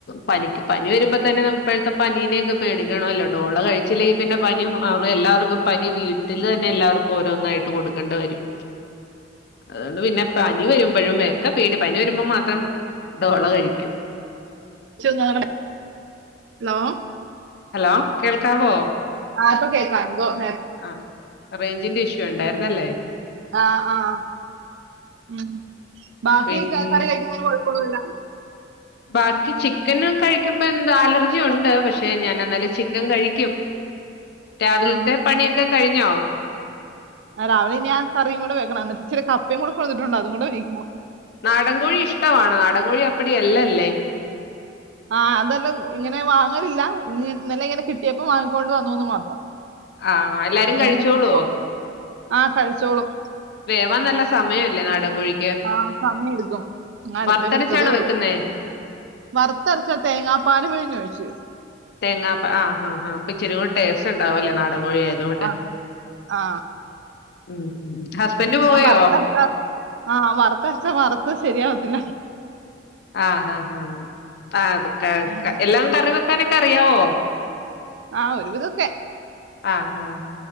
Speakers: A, on the left; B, on the right.
A: പനിക്ക് പനി വരുമ്പ തന്നെ ഇപ്പഴത്തെ പനീനെക്കെ പേടിക്കണമല്ലോ ഡോള കഴി ചില്ലെങ്കി പിന്നെ പനിയും അവ്വ എല്ലാവർക്കും പനി വീട്ടിൽ തന്നെ എല്ലാവർക്കും ഓരോന്നായിട്ട് കൊടുക്കണ്ട വരും. അതുകൊണ്ട് പിന്നെ പനി വരുമ്പഴും എക്കെ പേടി പനി വരുമ്പം മാത്രം. ഡോള കഴിക്കും.
B: ച്ചു ഇങ്ങളങ്ങനെ ഹലോ.
A: ഹലോ കേൾക്കാവോ
B: ആഹ് ഇപ്പ കേൾക്കാം എന്തോ നേര്
A: ആഹ് റേഞ്ചിന്റെ ഇഷ്യൂ ഉണ്ടായിരുന്നല്ലേ.
B: ആഹ് ആഹ് ഉം ബാക്കി
A: പിന്നെ
B: കറി കഴിക്കുന്നതിന് കുഴപ്പൊന്നുല്ല.
A: ബാക്കി ചിക്കന് കഴിക്കുമ്പ എന്താ അലർജി ഉണ്ട് പക്ഷെ ഞാന് എന്നാലും ചിക്കൻ കഴിക്കും. രാവിലത്തെ
B: ആ
A: പണിയൊക്കെ കഴിഞ്ഞോ.
B: ആഹ് രാവിലെ പിന്നെ ഞാൻ കറിയും കൂടെ വെക്കണം എന്നിട്ട് കപ്പയും കൂടെ കൊണ്ടുവന്നിട്ടുണ്ട് അതും കുടെ വേവിക്കണം
A: നാടൻകോഴി ഇഷ്ടമാണ് നാടൻകോഴി അപ്പടിഎല്ലല്ലേ
B: ആഹ് അതെല്ലാം ഇങ്ങനെ വാങ്ങലില്ല ഇന്നെലെ ഇങ്ങനെ കിട്ടിയപ്പോ വാങ്ങിക്കൊണ്ട് വന്നുവന്ന് മാത്രം
A: ആഹാ എല്ലാരും
B: നമ്മള
A: കഴിച്ചോളുവോ
B: <unintelligible> ആഹ് കഴിച്ചോളും
A: വേവാൻ നല്ല സമയമല്ലേ നാടൻ കൊഴി
B: ആഹ് സമയം എടുക്കും ഞാൻ അടപ്പേ
A: വറുത്തരച്ചാണ്
B: വെച്ചതേ ഉള്ളൂ
A: വെക്കുന്നേ
B: വറുത്തരച്ച തേങ്ങാ പാൽ പിഴിഞ്ഞ് ഒഴിച്
A: തേങ്ങാപ്പാൽ ആഹ് ആഹ് അപ്പോ ഇച്ചിരി കൂടി ടേസ്റ്റ് ഉണ്ടാവുംല്ലേ നാടൻ കോഴിയ തുകൊണ്ട്
B: ആ. ആ
A: ഉം ഉം ഹസ്ബൻഡ് പോയോ
B: ഞാൻ വറുത്തരച്ച ആ വറുത്ത് അരച്ച വറുത്തത് ശരിയാവത്തില്ല
A: ആഹ് ഹ ഹ ആഹ്
B: ഉം.
A: എല്ലാം കറി വെക്കാനൊക്കെ അറിയാവോ
B: ആ ഒരു വിധൊക്കെ
A: അഹ് ആഹ്